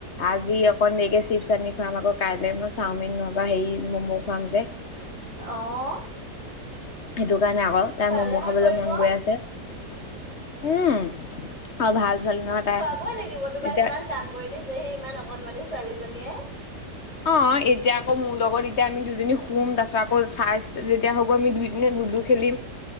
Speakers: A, on the left; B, on the left.
A: আজি অকন দেকে চিপছ আনি খুৱাম, আকৌ কাইলে মই চাম চাওমিন নহবা হেৰি ম'ম' খুৱাম যে।
B: অ'।
A: সেইটো কাৰণে আকৌ। তাই
B: খোৱালেহে
A: ম'ম' খাবলৈ
B: কৰিব
A: মন গৈ আছে। উম, অ' ভাল। ছোৱালী নহয় তাই
B: খোৱাবই লাগিব তোমাক
A: এতিয়া
B: ইমান কাম কৰি দিছে, সি ইমান অকনমানি ছোৱালীজনীয়ে।
A: অ' এতিয়া আকৌ মোৰ লগত এতিয়া আমি দুজনী শুম তাৰাছত আকৌ চাৰ্জ যেতিয়া হ'ব আমি দুইোজনে লুডু খেলিম।